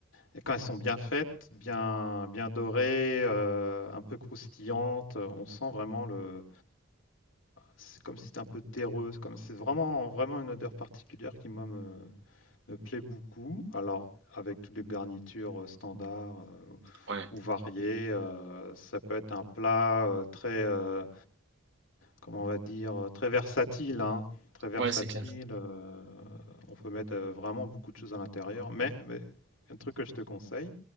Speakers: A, on the left; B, on the right.
A: Et quand elles sont bien faites, bien bien dorées, euh, un peu croustillantes, on sent vraiment le c'est comme si c'était un peu terreux, c'est comme c'est vraiment vraiment une odeur particulière qui moi me, me plaît beaucoup. Alors avec toutes les garnitures euh, standards euh,
B: Ouais.
A: ou variées. euh, ça peut être un plat euh, très, euh, comment on va dire, euh, très versatile, hein, très versatile.
B: Ouais, c'est clair.
A: euh, on peut mettre euh, vraiment beaucoup de choses à l'intérieur. Mais, mais un truc que je te conseille,